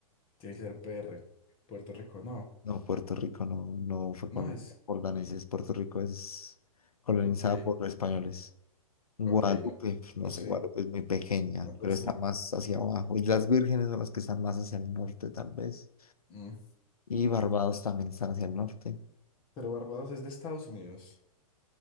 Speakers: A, on the left; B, on the left.
A: tiene que ser PR, Puerto Rico, no,
B: No, Puerto Rico no, no fue con
A: no
B: los
A: es,
B: jordaneses. Puerto Rico es colonizada
A: ok,
B: por los españoles. Guadalupe,
A: ok, no, pues, no
B: no
A: lo
B: sé,
A: sé,
B: Guadalupe es muy pequeña,
A: no lo
B: pero
A: sé.
B: está más hacia abajo. Islas las Vírgenes son las que están más hacia el norte, tal vez.
A: Mm.
B: Y Barbados también están hacia el norte.
A: Pero Barbados es de Estados Unidos.